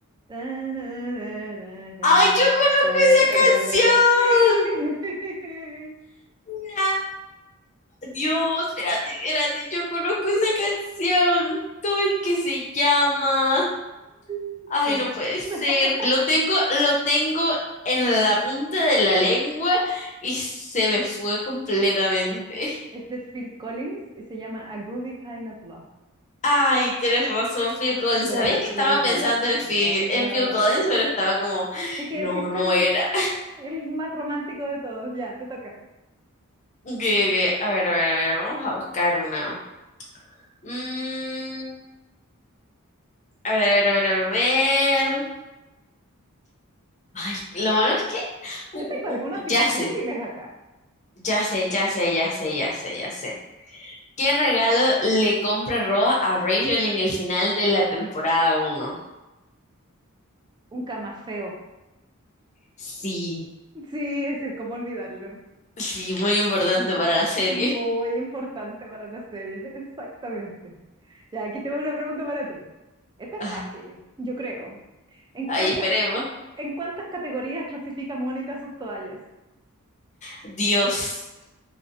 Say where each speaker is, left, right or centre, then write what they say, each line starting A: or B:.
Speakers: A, on the right (about 20°); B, on the left (about 35°).
A: ta, ra, ra, ra, ra,
B: Ay, yo conozco
A: ta,
B: esa
A: ra,
B: canción.
A: ra. Sí.
B: No. Dios, espérate, espérate, yo conozco esa canción. ¿Cómo es que se llama?
A: <laughs>
B: Ay,
A: Tiempo.
B: no puede ser.
A: <laughs>
B: Lo tengo, lo tengo en la punta de la lengua y se me fue completamente.
A: Es de Phil Collins y se llama A Groovy Kind of Love.
B: Ay, tienes razón, Phil Collins.
A: A
B: Sabías
A: Groovy
B: que estaba pensando
A: Kind
B: en Phil,
A: of Love.
B: en Phil Collins, pero estaba como,
A: Es que
B: no,
A: Phil
B: no
A: Collins
B: era. <laughs>
A: es el más romántico de todos. Ya, te toca.
B: Ok, ok, A ver, a ver, a ver, vamos a buscar una. Mm, a ver, a ver, a ver, a ver. Ay, lo malo es que, uh,
A: Yo tengo
B: uh,
A: algunas
B: uh,
A: difíciles
B: ya sé,
A: acá.
B: ya sé, ya sé, ya sé, ya sé, ya sé. ¿Qué regalo le compra Ross a Rachel en el final de la temporada uno?
A: Un camafeo.
B: Sí,
A: Sí, ese, cómo olvidarlo.
B: sí, muy importante para la serie.
A: Muy importante para la serie, <laughs> exactamente. Ya, aquí te va una pregunta para ti. Esta es
B: <laughs>
A: fácil,
B: Ay,
A: yo creo. ¿En
B: ay,
A: cuántas,
B: esperemos.
A: en cuántas categorías clasifica Mónica sus toallas?
B: Dios,